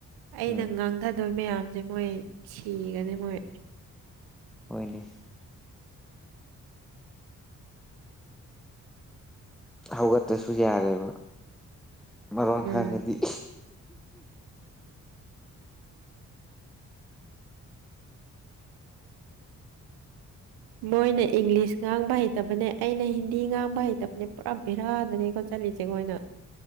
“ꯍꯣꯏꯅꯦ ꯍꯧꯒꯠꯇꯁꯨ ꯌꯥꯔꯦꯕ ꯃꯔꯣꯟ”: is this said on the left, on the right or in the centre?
Centre